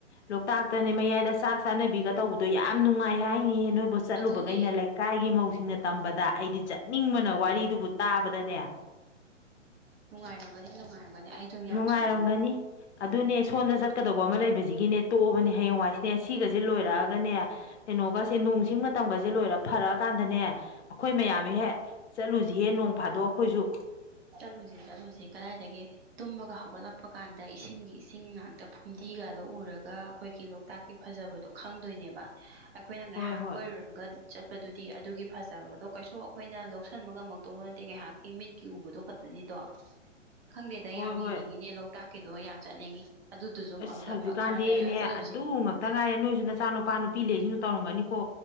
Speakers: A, on the left; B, on the right.
A: ꯂꯣꯛꯇꯥꯛꯇꯅꯦ ꯃꯌꯥꯏꯗ ꯆꯥꯛ ꯆꯥꯅꯕꯤꯒ ꯇꯧꯕꯗꯣ ꯌꯥꯝ ꯅꯨꯡꯉꯥꯏ ꯍꯥꯏꯅꯤꯌꯦ ꯅꯣꯏꯕꯨ ꯆꯠꯂꯨꯕꯒꯩꯅ
B: ꯑꯗꯨꯅꯦ
A: ꯂꯩꯀꯥꯏꯒꯤ ꯃꯧꯁꯤꯡꯅ ꯇꯝꯕꯗ ꯑꯩꯗꯤ ꯆꯠꯅꯤꯡꯕꯅ ꯋꯥꯔꯤ ꯗꯨꯕꯨ ꯇꯥꯕꯗꯅꯦ
B: ꯅꯨꯡꯉꯥꯏꯔꯝꯒꯅꯤ ꯅꯨꯡꯉꯥꯏꯔꯝꯒꯅꯤ ꯑꯩ ꯗꯨꯝ ꯌꯥꯝ
A: ꯅꯨꯡꯉꯥꯏꯔꯝꯒꯅꯤ
B: ꯆꯠꯅꯤꯡꯉꯤ
A: ꯑꯗꯨꯅꯦ ꯁꯣꯟꯗ ꯆꯠꯀꯗꯧꯕ ꯑꯃ ꯂꯩꯕꯖꯤꯒꯤꯅꯦ ꯇꯣꯛꯑꯕꯅꯦ ꯍꯌꯦꯡꯋꯥꯏꯁꯤꯅꯦ ꯁꯤꯒꯖꯦ ꯂꯣꯏꯔꯛꯑꯒꯅꯦ ꯀꯩꯅꯣꯒꯁꯦ ꯅꯣꯡ ꯁꯤꯡ ꯃꯇꯝꯒꯖꯦ ꯂꯣꯏꯔ ꯐꯔꯛꯑꯀꯥꯟꯗꯅꯦ ꯑꯈꯣꯏ ꯃꯌꯥꯝ ꯍꯦꯛ ꯆꯠꯂꯨꯖꯤꯍꯦ ꯅꯣꯡ ꯐꯥꯗꯣꯛ ꯑꯈꯣꯏꯖꯨ
B: ꯆꯠꯂꯨꯖꯤ ꯆꯠꯂꯨꯖꯤ ꯀꯗꯥꯏꯗꯒꯤ ꯇꯨꯝꯕꯒ ꯍꯧꯒꯠꯂꯛ ꯄ ꯀꯥꯟꯗ ꯏꯁꯤꯡꯒꯤ ꯏꯁꯤꯡ ꯉꯥꯛꯇ ꯐꯨꯝꯗꯤꯒꯗꯣ ꯎꯔꯒ ꯑꯈꯣꯏꯒꯤ ꯂꯣꯛꯇꯥꯛꯀꯤ ꯐꯖꯕꯗꯣ ꯈꯪꯗꯣꯏꯅꯦꯕ ꯑꯩꯈꯣꯏꯅ ꯉꯥꯏꯍꯥꯛ
A: ꯍꯣꯏ ꯍꯣꯏ
B: ꯀꯣꯏꯔꯨ ꯒꯗꯤ ꯆꯠꯄꯗꯨꯗꯤ ꯑꯗꯨꯒꯤ ꯐꯖꯕꯗꯣ ꯀꯩꯁꯨ ꯑꯈꯣꯏꯅ ꯂꯧꯁꯟꯕ ꯉꯝꯃꯛꯇꯧꯕ ꯅꯠꯇꯦ ꯉꯩꯍꯥꯛꯀꯤ ꯃꯤꯠꯀꯤ ꯎꯕꯗꯣ ꯈꯣꯠꯇꯅꯤꯗꯣ ꯈꯪꯗꯦꯗ ꯌꯥꯝ
A: ꯍꯣꯏ ꯍꯣꯏ
B: ꯌꯦꯡꯅꯤꯡꯉꯤꯅꯦ ꯂꯣꯛꯇꯥꯛꯀꯤꯗꯣ ꯌꯥꯝ ꯆꯠꯅꯤꯡꯉꯤ ꯑꯗꯨꯗꯨꯁꯨ
A: ꯑꯁ
B: ꯑꯝꯇ
A: ꯍꯧꯖꯤꯛꯀꯥꯟꯗꯤꯅꯦ
B: ꯈꯔ ꯂꯩꯔꯒ ꯆꯠꯂꯨꯁꯦ
A: ꯑꯗꯨ ꯉꯛꯇ ꯉꯥꯏꯔꯦ ꯅꯣꯏꯖꯨ ꯅꯆꯥꯅꯨ ꯄꯥ ꯅꯨꯄꯤ ꯂꯩꯔꯤꯖꯤꯡꯗꯣ ꯇꯧꯔꯝꯒꯅꯤꯀꯣ